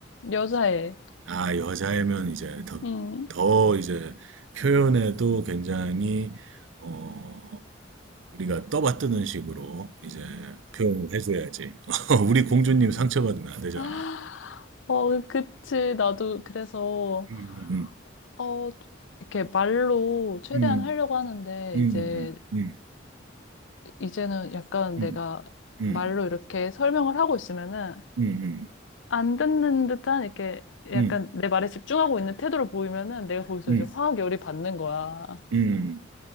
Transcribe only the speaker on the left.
여자애.
음.
아, 어, 그치. 나도 그래서.
어, 이렇게 말로 최대한
하려고 하는데,
이제,
이제는 약간
내가
말로 이렇게 설명을 하고 있으면은,
안 듣는 듯한, 이렇게 약간
내 말에 집중하고 있는 태도를 보이면은, 내가 거기서
이제 화학 열이 받는 거야.